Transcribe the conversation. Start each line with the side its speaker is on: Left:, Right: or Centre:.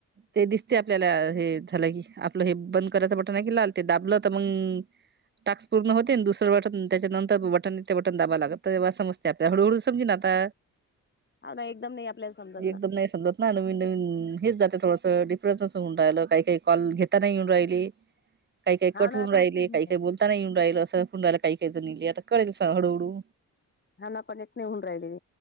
Right: ते दिसते आपल्याला अ हे झालं की. आपलं हे बंद करायचं बटनाय कि लाल, ते दाबलं तर मंग टाक्स पूर्ण होते. न दुसरं बटन त्याच्यानंतर बटनय ते बटन दाबावं लागत. तेव्हा समजते आपल्या. हळूहळू समजेन आता.
Left: हाव ना. एकदम नाही, आपल्याला समजत
Right: एकदम
Left: ना.
Right: नाही समजत ना नवीन- नवीन हेच जातं थोडंसं. डिफरन्सच होऊन राहिलं. काही- काही कॉल घेत नाही येऊन राहिले. काही- काही कट
Left: हा ना
Right: होवून
Left: तेच
Right: राहिले. काही- काही बोल आता नाही येऊन राहिल. असं फुंडायला काही- काही जनिलि. आता कळेलच अस हळूहळू.
Left: हा, ना. कनेक्ट नाही होऊ राहिले.